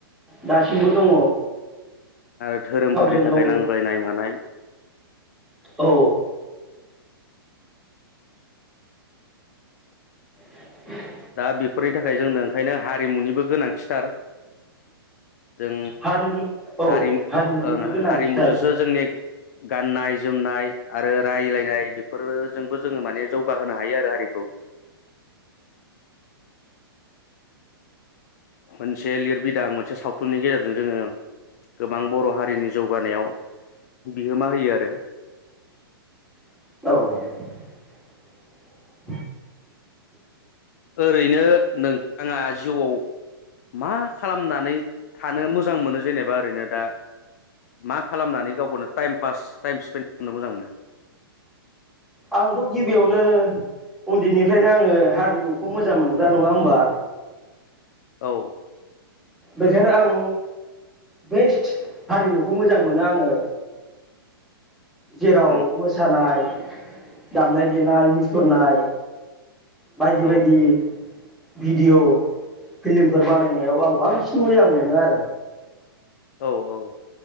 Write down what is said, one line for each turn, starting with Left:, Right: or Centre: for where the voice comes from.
Centre: दासिमबो दङ
Left: ओ धोरोमफोरनि
Centre: गावजों
Left: थाखाय
Centre: गाव
Left: नांज्लायनाय मानाय
Centre: औ <inaudible>
Left: दा बेफोरनि थाखाय जोंनो ओंखायनो हारिमुनिबो गोनां थिथार जों
Centre: हारिनि
Left: हारिमु
Centre: औ हारिमुनिबो
Left: ओं
Centre: गोनांथिथार
Left: हारिमुजोंसो जोंनि गाननाय जोमनाय आरो रायलायनाय बेफोरजोंबो जोङो माने जौगाहोनो हायो आरो हारिखौ मोनसे लिरबिदां मोनसे साव सावथुननि गेजेरजों जोङो गोबां बर' हारिनि जौगानायाव बिहोमा होयो आरो
Centre: औ <unintelligible>
Left: ओरैनो नोंथाङा जिउआव मा खालामनानै? थानो मोजां मोनो जेनेबा ओरैनो दा मा खालामनानै गावखौनो टाइम पास टाइम स्पेन बुंनो मोजां मोनो
Centre: आंथ' गिबियावनो उन्दैनिफ्रायनो आङो हारिमुखौ मोजां मोनग्रा नङा होमबा
Left: औ
Centre: बेखायनो आं बेस्ट हारिमुखौ मोजां मोनो आङो जेराव
Left: ओं
Centre: मोसानाय दामनाय देनाय मुसुरनाय बायदि
Left: औ
Centre: बायदि भिडिय' फिल्मफोर बानायनायाव आं बांसिन मोजां मोनो आरो
Left: औ औ